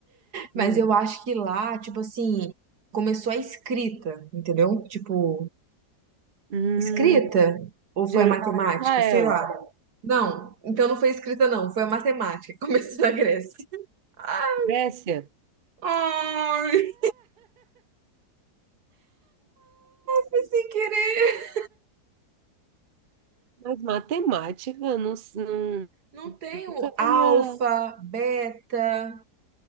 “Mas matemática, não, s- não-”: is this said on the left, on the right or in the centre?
Right